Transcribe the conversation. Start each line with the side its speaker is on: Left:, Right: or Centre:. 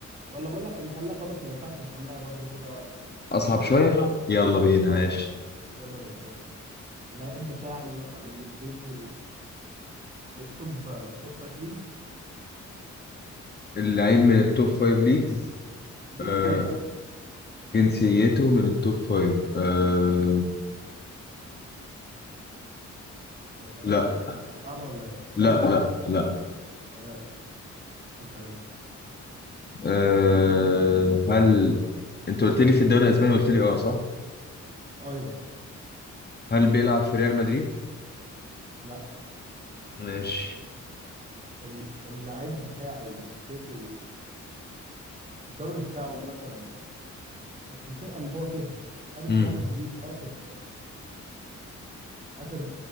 Right: ولا بقول لك نخليها خلاص ما ينفعش نخليها برضو كده
Left: أصعب
Right: اصعب
Left: شوية؟
Right: شويه حلو
Left: يلا بينا
Right: اه
Left: ماشي
Right: يلا بينا ماشي اللعيب بتاعي مثلا جنسيته من التوب من التوب فايف ليجز
Left: اللعيب من التوب فايف ليجز
Right: جنسيته
Left: آه جنسيته من التوب فايف آه
Right: آه،
Left: لا
Right: صعبة ولا ايه؟
Left: لا
Right: ماشي
Left: لا لا
Right: تمام اسأل انت
Left: آه هل انت قلت لي في الدوري الاسباني قلت لي اه صح
Right: ايوه
Left: هل بيلعب في ريال مدريد
Right: لا
Left: ماشي
Right: ال- اللعيب بتاعي جنسيته الدوري بتاعه مثلا الفرقة اللي هو فيها خدت
Left: امم
Right: شامبيونز ليج اخر اخر